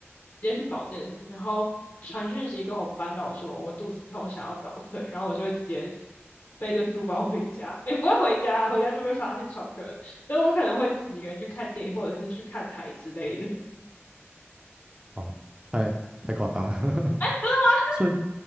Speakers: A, on the left; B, on the right.
A: 接去保健室，然后传讯息跟我们班导说我肚子痛，想要早退，然后我就会直接背着书包回家，也不会回家啊回家就被发现翘课了所以我可能会自己一个人去看电影，或者是去看台之类的。哎，
B: 啊，太太夸张了。
A: 真的吗？
B: <laughs> 所以，